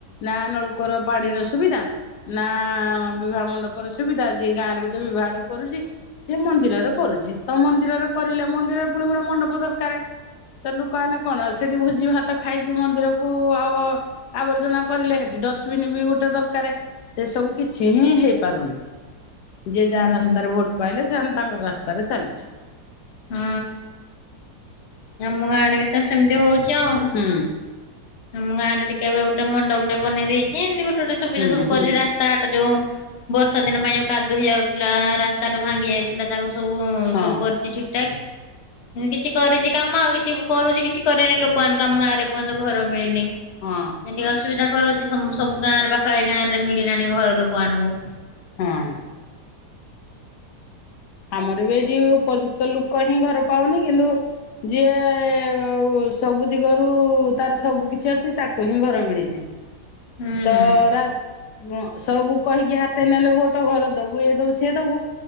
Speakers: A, on the left; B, on the left.
A: ନା ନଳକୂଅ ର ପାଣିର ସୁବିଧା ନା ବିବାହ ମଣ୍ଡପର ସୁବିଧା, ଯିଏ ଗାଁ ରେ ଗୋଟେ ବିଭା ଘର କରୁଛି ସିଏ ମନ୍ଦିରରେ କରୁଛି। ତ ମନ୍ଦିରରେ କରିଲେ ମନ୍ଦିରରେ ପୁଣି ଗୋଟେ ମଣ୍ଡପ ଦରକାର। ତ ଲୋକମାନେେ କଣ ସେଠି ଭୋଜି ଭାତ ଖାଇକି ମନ୍ଦିରକୁ ଆଉ ଆବର୍ ର୍ଜନା କରିଲେ। ସେଠି ଡଷ୍ଟବିନ ବି ଗୋଟେ ଦରକାର ସେ ସବୁ କିଛି ହିଁ ହେଇପାରୁନି। ଯିଏ ଯାର
B: ଉଁ
A: ରାସ୍ତରେ
B: ହୁଁ।
A: ଭୋଟ ପାଇଲେ, ସେମାନେ ତାଙ୍କର ରାସ୍ତାରେ ଚାଲିଲେ।
B: ହଁ। ଆମ ଗାଁ ଆଡେ ବି ତ ସେମିତି ହଉଛି ଆଉ।
A: ହୁଁ।
B: ଆମ ଗାଁରେ ଟିକେ ଏବେ ଗୋଟେ ମଣ୍ଡପ ଟେ ବନେଇ ଦେଇଛି। ଏମତି ଗୋଟେ ଗୋଟେ ସୁବିଧା
A: ହୁଁ
B: ସବୁ କରିରା।
A: ହୁଁ
B: କାର ଟା ଯୋଉ ବର୍ଷା ଦିନ ପାଇଁ ଯୋଉ କାଦୁଅ ହେଇଯାଉଥିଲା ରାସ୍ତାଟା ଭାଙ୍ଗି ଯାଇ ଥିଲା ତାକୁ ସବୁ
A: ହଁ
B: ସବୁ କରିଛି ଠିକ୍ ଠାକ। କିଛି କରିଛି କାମ ଆଉ କିଛି କରୁଛି କିଛି କରିନି ଲୋକମାନଙ୍କୁ ଆମ ଗାଁରେ ଏପର୍ଯ୍ୟନ୍ତ ଘର ମିଳିନି। ଏ
A: ହଁ
B: ଟିକେ ଅସୁବିଧା କରୁଛି ସବୁ ଗାଁ ରେ ପାଖା ପାଖି ଗାଁରେ ମିଳିଲାଣି ଘର ଲୋକମାନଙ୍କୁ।
A: ହଁ। ଆମର ବି ଏଇଠି ଉପଯୁକ୍ତ ଲୋକ ହିଁ ଘର ପାଉନି କିନ୍ତୁ ଯିଏ ସବୁ ଦିଗରୁ ତାର ସବୁ କିଛି ଅଛି ତାକୁ ହିଁ ଘର ମିଳିଛି।
B: ହୁଁ
A: ତ
B: ହୁଁ
A: ରା ସବୁ କହିକି ହାତେଇ ନେଲେ ଭୋଟ ଘର ଦବୁ ଏ ଦବୁ ସେ ଦବୁ